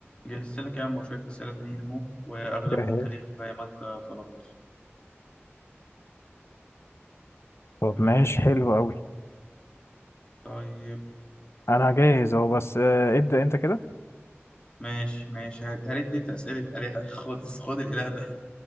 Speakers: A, on the left; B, on the left.
A: جهزت لك يا عم شوية أسئلة تانيين أهو وأغلبهم
B: جاهز
A: تاريخ زي ما أنت طلبت
B: طب
A: آه
B: ماشي حلو قوي
A: طيب
B: انا جاهز اهو بس آه، ابدأ انت كده
A: ماشي ماشي هات- هاتني أنت أسئلة آلهة <laughs> خد خد الإله ده